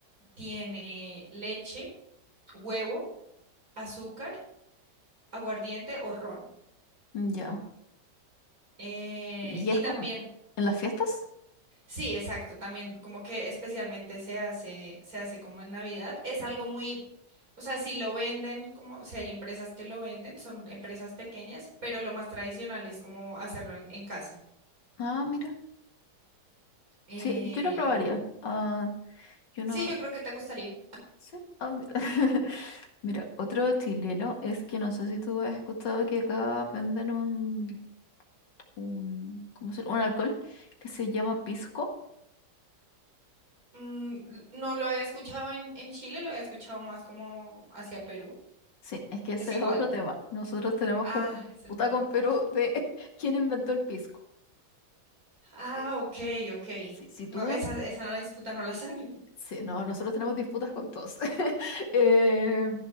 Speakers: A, on the right; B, on the left.
A: Tiene leche, huevo, azúcar, aguardiente o ron.
B: Ya.
A: Eh,
B: ¿Y
A: y
B: es
A: también,
B: como en las fiestas?
A: sí, exacto, también como que especialmente se hace, se hace como en Navidad. Es algo muy, o sea, si lo venden, como, o sea, hay empresas que lo venden, son empresas pequeñas, pero lo más tradicional es como hacerlo en, en casa.
B: Ah, mira.
A: Eh,
B: Sí, yo lo probaría. Ah, yo
A: sí,
B: no.
A: yo creo que te gustaría.
B: Sí. ah, mira. <laughs> Mira, otro chileno es que no sé si tú has escuchado que acá venden un, un, ¿cómo se llama? Un alcohol que se llama pisco.
A: Mm, l- no lo había escuchado en, en Chile, lo había escuchado más como hacia Perú.
B: Sí, es que ese
A: Es igual.
B: es otro tema. Nosotros tenemos
A: Ah,
B: como una
A: es
B: disputa
A: el conflicto.
B: con Perú
A: <laughs>
B: de <laughs> quién inventó el pisco.
A: Ah,
B: Sí.
A: ok, ok.
B: Si, si tú
A: No, esa,
B: en
A: esa disputa no la sabía.
B: Sí, no, nosotros tenemos disputas con todos. <laughs> Eh,